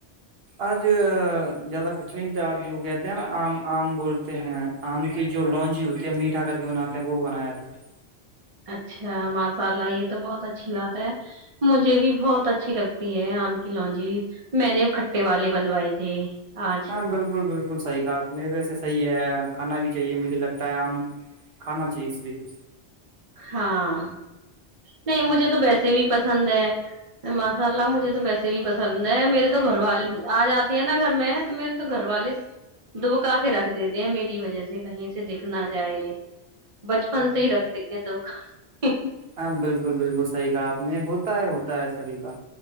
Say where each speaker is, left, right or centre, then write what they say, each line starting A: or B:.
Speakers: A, on the right; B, on the right.
A: اج زیادہ کچھ نہیں وہ کہتے ہیں نا آم بولتے ہیں آم کی جو لونجی ہوتی ہے میٹھا کر کے بناتے ہیں وہ بنایا جاتا ہے
B: اچھا ماشاءاللہ یہ تو بہت اچھی بات ہے مجھے بھی بہت اچھی لگتی ہے آم کی کی لونجی والے بنوائے تھے آج
A: ہاں بالکل بالکل بالکل صحیح کہا آپ نے ویسے صحیح ہے کھانا بھی چاہیے مجھے لگتا ہے آم کھانا چاہیے سبھی کو
B: ہاں نہیں مجھے تو ویسے بھی پسند ہیں ماشاءاللہ مجھے تو ویسے بھی پسند ہے میرے تو گھر والے آج آتے ہیں نہ گھر میں میرے تو گھر والے تو وہ کہاں کے رکھ دیتے ہیں میری وجہ سے کہیں سے دکھ نہ جائے بچپن سے ہی رکھ دی <unintelligible>
A: ہاں بالکل بالکل صحیح کہا اپ نے ہوتا ہے ہوتا ہے سبھی کا